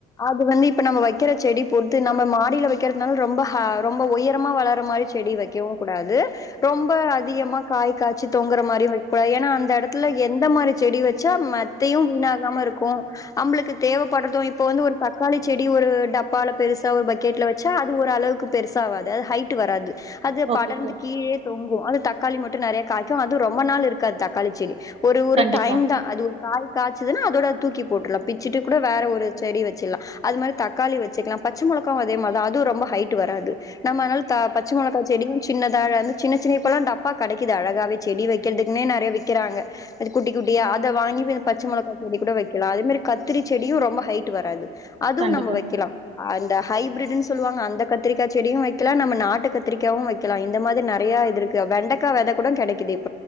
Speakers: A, on the left; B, on the right.
A: அது வந்து இப்ப நம்ம வைக்கற செடி பொறுத்து நம்ம மாடில வைக்கிறதுனால ரொம்ப ஆ ரொம்ப உயரமா வளர மாறி செடி வைக் வக்கவு கூடாது ரொம்ப அதிகமா காய் காய்ச்சி தொங்குற மாரியு வெக் கூடாது ஏன்னா அந்த இடத்துல எந்த மாரி செடி வச் ச்ச மத்தையு வீணாகாம இருக்கு நம்ளுக்கு தேவைப்படுறது இப்ப வந்து ஒரு தக்காளி செடி ஒரு டப்பால பெருசா ஒரு பக்கெட்ல வச்சு ச்ச அது ஓரளவுக்கு பெருசாவாது அது ஹைட்டு வராது அது
B: ஓகே
A: படர்ந்து
B: தோழி.
A: கீழே தொங்கு அது தக்காளி மட்டு நெறைய காய்க்கோ அதுவு ரொம்ப நாள் இருக்காது தக்காளி செடி ஒரு ஒரு
B: கண்டிப்பா
A: டைம் தா அது ஒரு காய் காய்ச்சதுன்னா அதோட தூக்கி போட்டுடலா பிச்சுட்டு கூட வேற ஒரு செடி வச்சிடலா அது மாதிரி தக்காளி வெச்சுக்கலா பச்ச மொளகாவு அதே மாரி அதுவு ரொம்ப ஹைட் வராது நம்ம அதுனால த பச்ச மொளக அப்பா செடியு சின்னத அழக வந்து சின்ன சின்ன இப்பெல்லா டப்பா கிடைக்குது அழகவே செடி வக்கிறதுக்குன்னே நறைய விக்கிறாங்க அது குட்டி குட்டியா அத வாங்கி போய்ப் பச்ச மொளகாய் கொடி கூட வெக்கலா அதே மாதிரி கத்திரி செடியு ரொம்ப ஹைட் வராது அதுவு
B: கண்டிப்பா
A: நம்ம வைக்கலா அந்த ஹைப்பிருடுன்னு சொல்லுவாங்க அந்த கத்திரிக்க் செடியு வைக்கல நம்ம நாட்டு கத்திரிக்காயாவு வைக்க வெக்கலா இந்த மாதிரி நெறையா இது இருக்கு வெண்டக்கா வெதக் கூட கெடைக்குது இப்ப